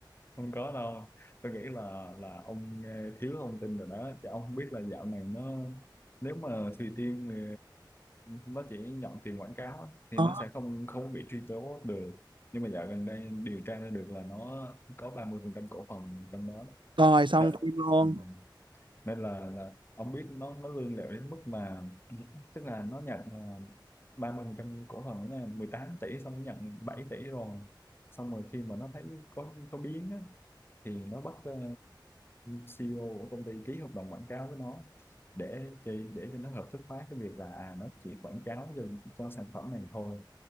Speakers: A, on the left; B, on the right.
A: không có đâu tôi nghĩ là là ông nghe thiếu thông tin rồi đó chứ ông không biết là dạo này nó nếu mà Thùy Tiên thì nó chỉ nhận tiền quảng cáo á, thì
B: Đó,
A: nó sẽ không không bị truy tố được nhưng mà dạo gần đây điều tra ra được là nó có 30% cổ phần trong đó đó.
B: rồi xong
A: Dạ.
B: phim luôn
A: Ừ. nên là là ông biết nó nó lươn lẹo đến mức mà <clears throat> tức là nó nhận uh, ba mươi phần trăm cổ phần ấy nha mười tám tỷ xong nó nhận 7 tỷ rồi xong rồi khi mà nó thấy có có biến á, thì nó bắt ờ, CEO của công ty ký hợp đồng quảng cáo với nó để chi- để cho nó hợp thức hóa cái việc là à nó chỉ quảng cáo cho, cho sản phẩm này thôi